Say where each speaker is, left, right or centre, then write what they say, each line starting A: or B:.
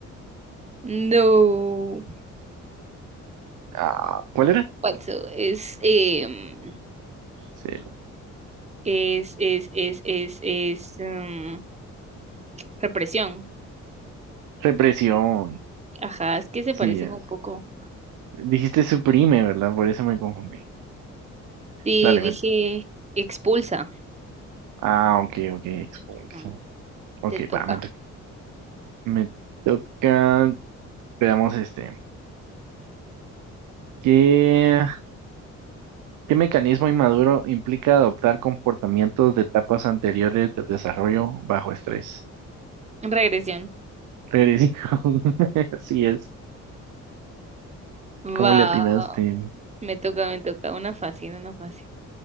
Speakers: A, on the right; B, on the right.
A: No,
B: Ah, ¿cuál era?
A: falso. Es, em,
B: Cero.
A: es, es, es, es, es, em, represión.
B: Represión.
A: Ajá, es que se
B: Sí,
A: parecen
B: es.
A: un poco.
B: Dijiste suprime, ¿verdad? Por eso me confundí.
A: Sí,
B: Dale,
A: dije
B: me...
A: expulsa.
B: Ah, ok, ok, expulsión.
A: Ujú,
B: Ok,
A: Te toca.
B: va, me Me toca, veamos este. ¿Qué, qué mecanismo inmaduro implica adoptar comportamientos de etapas anteriores del desarrollo bajo estrés?
A: Regresión.
B: Eres- <laughs> Así es,
A: Va,
B: ¿cómo le atinaste?
A: me toca, me toca. Una fácil, una fácil.